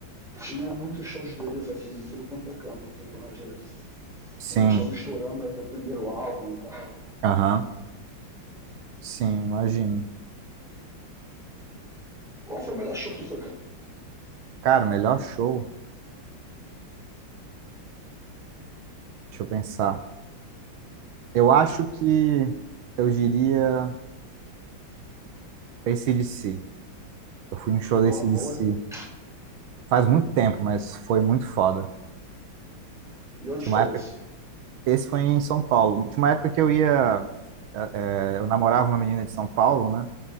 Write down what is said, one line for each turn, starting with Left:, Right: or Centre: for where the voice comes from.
Centre: Tinha muitos shows deles aqui em tudo quanto é canto, aqui, quando, gente-
Right: Sim,
Centre: quando eles estavam estourando ainda o primeiro álbum e tal.
Right: aham. Sim, imagino.
Centre: Qual foi o melhor show que tu foi, cara?
Right: Cara, o melhor show, deixa eu pensar. Eu acho que eu diria AC/DC. Eu fui no show
Centre: Porra,
Right: da AC/DC
Centre: boa, hein?
Right: faz muito tempo, mas foi muito foda.
Centre: E onde
Right: Tinha
Centre: foi
Right: uma época,
Centre: esse?
Right: esse foi em São Paulo. Tinha uma época que eu ia, é, é, eu namorava uma menina de São Paulo, né?